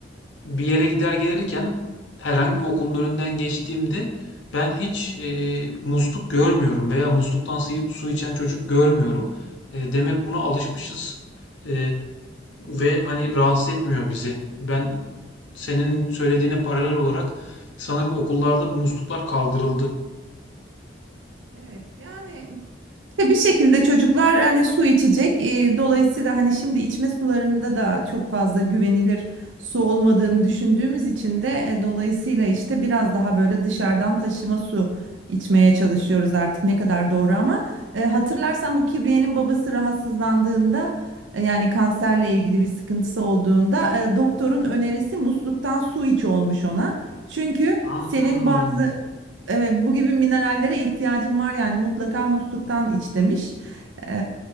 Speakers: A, on the left (about 80°); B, on the right (about 85°).
A: bir yere gider gelirken herhangi bir okulun önünden geçtiğimde ben hiç e, musluk görmüyorum veya musluktan su, su içen çocuk görmüyorum. E, demek buna alışmışız E, ve hani rahatsız etmiyor bizi. Ben senin söylediğine paralel olarak sanırım okullarda bu musluklar kaldırıldı.
B: Evet yani işte bir şekilde çocuklar hani su içecek. Ee, dolayısıyla hani şimdi içme sularında da çok fazla güvenilir su olmadığını düşündüğümüz için de e, dolayısıyla işte biraz daha böyle dışarıdan taşıma su içmeye çalışıyoruz artık ne kadar doğru ama e, hatırlarsan bu Kibriye'nin babası rahatsızlandığında e, yani kanserle ilgili bir sıkıntısı olduğunda e, doktorun önerisi musluktan su iç olmuş ona. Çünkü
A: Aa,
B: senin bazı e, bu gibi minerallere ihtiyacım var yani mutlaka musluktan iç demiş. E,